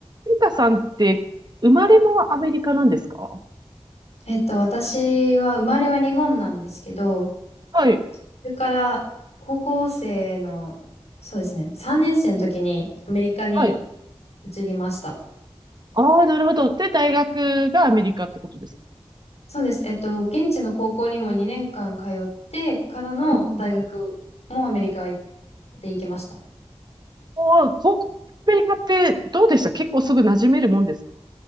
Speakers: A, on the right; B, on the left.
A: リカさんって生まれもアメリカなんですか
B: えっと、私は生まれは日本なんですけど、
A: はい。
B: それから高校生の、そうですね、3年生の時にアメリカに
A: はい。
B: 移りました。
A: ああ、なるほど。で、大学がアメリカってことですか
B: そうです。えっと、現地の高校にも2年間通ってからの大学もアメリカで
A: うんうんうん
B: 行きました。
A: おー僕、アメリカってどうでした結構すぐ馴染めるもんですか